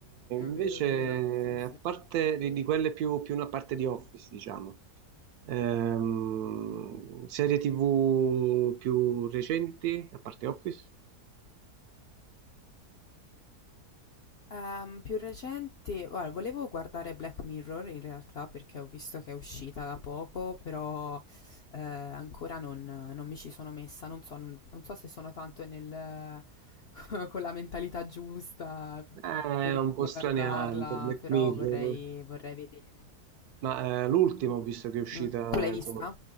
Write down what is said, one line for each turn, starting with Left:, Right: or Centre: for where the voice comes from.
Left: È vero,
Right: invece,
Left: è vero. Sì, sì.
Right: a parte di, di quelle più, più una parte di Office, diciamo, ehm, serie TV più recenti, a parte Office,
Left: Ehm, più recente, guarda, volevo guardare Black Mirror in realtà perché ho visto che è uscita da poco, però eh, ancora non, non mi ci sono messa, non so, non, non so se sono tanto nel, <laughs> con la mentalità giusta
Right: è
Left: per
Right: un po'
Left: guardarla,
Right: straniante, Black
Left: però
Right: Mirror.
Left: vorrei, vorrei vedere.
Right: Ma eh, l'ultima ho visto che è uscita,
Left: Mm. Tu l'hai vista?
Right: insomma,